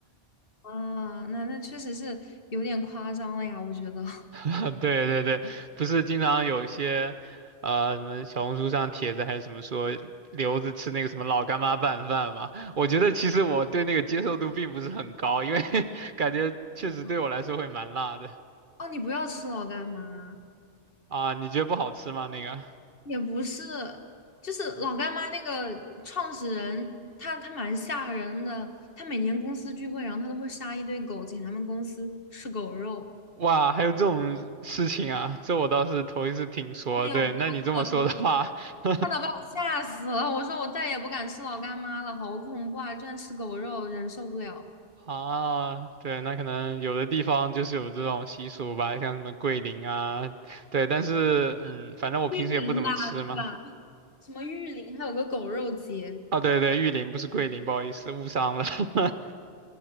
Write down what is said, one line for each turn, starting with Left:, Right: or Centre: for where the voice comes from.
Left: <laughs> 啊，那那确实是有点夸张了呀，我觉得。
Right: <laughs> 对对对，不是经常有一些，呃，什么小红书上帖子还是什么说留子吃那个什么老干妈拌饭嘛？我觉得其实我对那个接受度并不是很高，因为 <laughs> 感觉确实对我来说会蛮辣的
Left: <laughs> 哦，你不要吃老干妈，
Right: 啊。你觉得不好吃吗？那个？
Left: 也不是，就是老干妈那个创始人，他他蛮吓人的。他每年公司聚会，然后他都会杀一堆狗，请他们公司吃狗肉。
Right: 哇，还有这种事情啊，这我倒是头一次听说。
Left: 哎呦，
Right: 对，
Left: 我报出来了我当时
Right: 那你这么说的话，<laughs>
Left: 看到把我吓死了。我说我再也不敢吃老干妈了，好恐怖啊！居然吃狗肉，忍受不了。
Right: 啊，对，那可能有的地方就是有这种习俗吧，像什么桂林啊，对，但是嗯，反正我平时也不怎么吃嘛。
Left: 玉林吧，对吧？什么玉林，还有个狗肉节，
Right: 哦，对对，玉林不是桂林，不好意思，误伤了。<laughs>